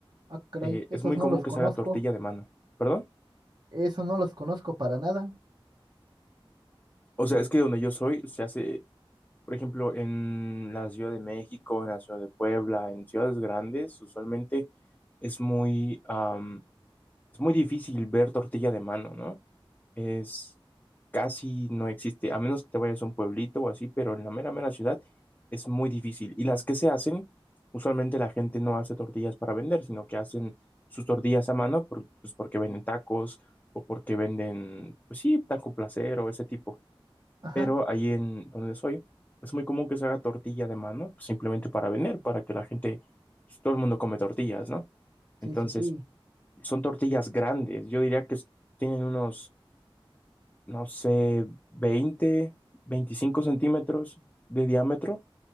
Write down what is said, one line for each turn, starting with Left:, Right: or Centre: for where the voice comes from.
Right: Ah, caray,
Left: eh,
Right: esos
Left: es muy
Right: no
Left: común
Right: los
Left: que
Right: conozco,
Left: se haga tortilla de mano, ¿perdón?
Right: esos no los conozco para nada.
Left: O sea,
Right: Mm,
Left: es que donde yo soy se hace, por ejemplo, en la Ciudad de México, en la Ciudad de Puebla, en ciudades grandes, usualmente es muy, am, es muy difícil ver tortilla de mano, ¿no? es casi no existe, a menos que te vayas a un pueblito o así, pero en la mera, mera ciudad es muy difícil. Y las que se hacen, usualmente la gente no hace tortillas para vender, sino que hacen sus tortillas a mano por- pues porque venden tacos o porque venden, pues sí, taco placer o ese tipo.
Right: Ajá,
Left: Pero ahí en donde soy, es muy común que se haga tortilla de mano, pues, simplemente para vender, para que la gente, pues, todo el mundo come tortillas, ¿no? Entonces,
Right: sí, sí, sí.
Left: son tortillas grandes, yo diría que s- tienen unos no sé, 20, 25 centímetros de diámetro